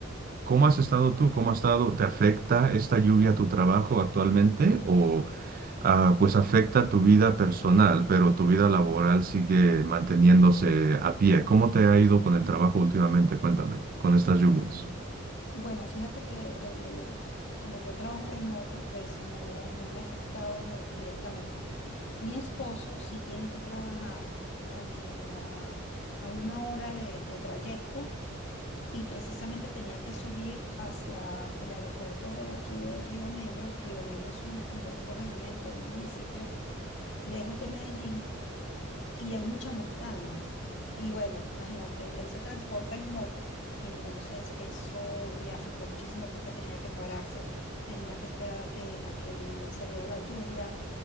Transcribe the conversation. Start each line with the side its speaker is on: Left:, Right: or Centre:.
Right: ¿Cómo has estado tú? ¿Cómo has estado? ¿Te afecta esta lluvia a tu trabajo actualmente? ¿O, ah, pues afecta tu vida personal, pero tu vida laboral sigue manteniéndose a pie. ¿Cómo te ha ido con el trabajo últimamente? Cuéntame, con estas lluvias.
Left: Bueno, fíjate que eh, como yo trabajo remoto, pues no, no me ha afectado directamente. Mi esposo sí tiene que trabajar como a, a una hora de, de trayecto y precisamente tenía que subir hacia el aeropuerto de aquí de Río Negro. Río Negro es un, como un corregimiento, un municipio lejos de Medellín y hay mucha montaña. Y bueno, imagínate, él se transporta en moto y entonces eso le afectó muchísimo porque tenía que pararse, tenía que esperar a que, a que se diera la lluvia.